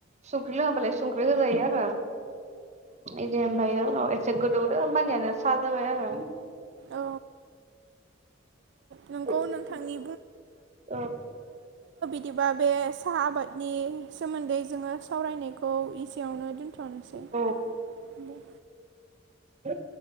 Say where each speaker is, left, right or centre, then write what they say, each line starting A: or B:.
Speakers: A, on the right; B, on the right.
A: संख्रि लोङाबालाय संख्रि होजायो आरो इदि ओमफाङो उनाव एसे गोदोवदो होनबानियानो‌ सा जाबाय आरो
B: औ नोंगौ
A: <unintelligible>
B: नोंथांनि
A: औ
B: दिबा बे साहा आबादनि सोमोन्दै जोङो सावरायनाय खौ इसेयावनो दोनथनोसै
A: औ
B: दे
A: हो